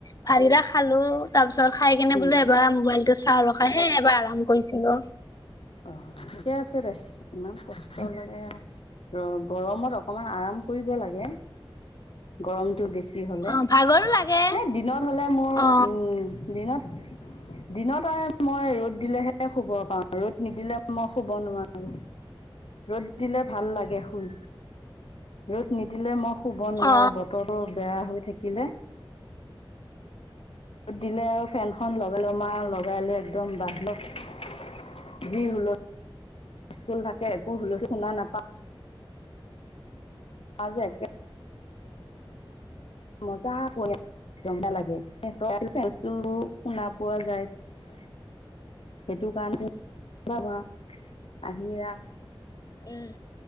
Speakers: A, on the left; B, on the left.
A: ভাত কিটা খালো তাৰ পিছত খাই কেনে
B: উম
A: বোলো এবাৰ মোবাইলটো চাওঁ আৰ। খাইহে এবাৰ আৰাম কৰিছিলো।
B: অ ঠিকে আছে দে, ইমান কষ্ট লাগে ৰ গৰমত অকমান আৰাম কৰিব লাগে গৰমটো বেছি। তি হ'লে
A: অ ভাগৰো লাগে
B: এই দিনত হ'লে মোৰ
A: অ
B: উম দিনত দিনত আৰু মই ৰ'দ দিলেহে শুব পাওঁ ৰ'দ নিদিলে মই শুব নোৱাৰো ৰ'দ দিলে ভাল লাগে শুই ৰ'দ। নিদিলে মই শুব নোৱাৰো
A: অ
B: বতৰটো বেয়া হৈ থাকে। কিলে <unintelligible> দিনে আৰু ফেনখন লগাই ল'ম আৱ লগাই লৈ একদম বাহিৰত যি হুলস্তোল থাকে একো হুলস্তোল শুনা নাপাওঁ। আজে একে মজা পৰি একদম বেয়া লাগে ফে শুনা পোৱা যায় সেইটো কাৰণে বাবা আহি।
A: উম।